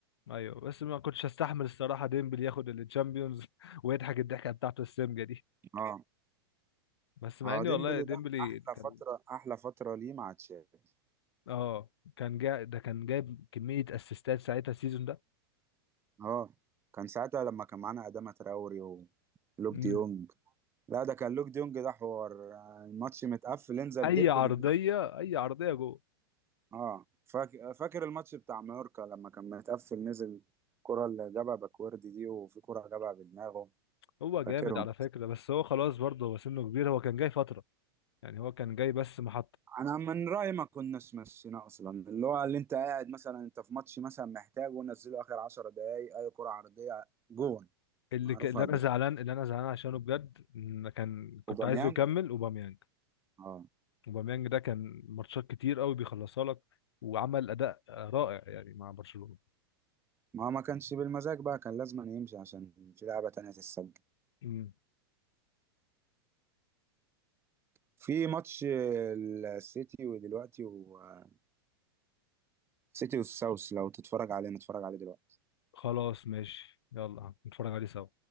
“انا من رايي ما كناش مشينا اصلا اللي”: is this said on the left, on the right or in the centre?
Right